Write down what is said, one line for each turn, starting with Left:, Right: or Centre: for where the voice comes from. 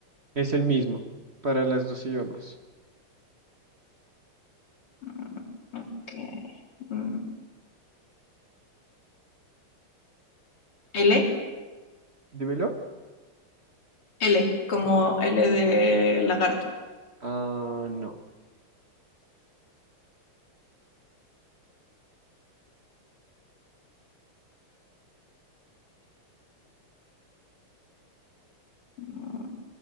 Right: Es el mismo para las dos idiomas.
Left: Mm, ok. Mm, L.
Right: Dímelo.
Left: L. Como L de lagarto.
Right: Ah, no.
Left: Mm,